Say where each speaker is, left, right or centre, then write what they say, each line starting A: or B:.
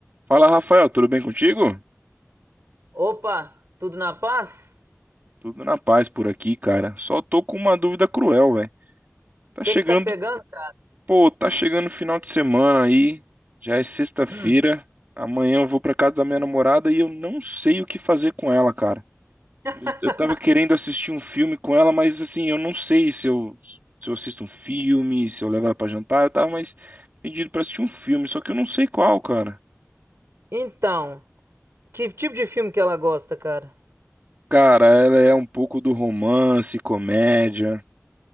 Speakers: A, on the right; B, on the right.
A: Fala, Rafael, tudo bem contigo?
B: Opa, tudo na paz?
A: Tudo na paz por aqui, cara. Só tô com uma dúvida cruel, velho. Tá
B: O que
A: chegando,
B: que tá pegando? cara?
A: pô, tá chegando o final de semana aí. Já é sexta-feira.
B: Hum.
A: Amanhã eu vou pra casa da minha namorada e eu não sei o que fazer com ela, cara.
B: <laughs>
A: Eu eu tava querendo assistir um filme com ela, mas assim, eu não sei se eu se eu assisto um filme, se eu levo ela pra jantar. Eu tava mais pedindo pra assistir um filme, só que eu não sei qual, cara.
B: Então, que tipo de filme que ela gosta, cara?
A: Cara, ela é um pouco do romance, comédia.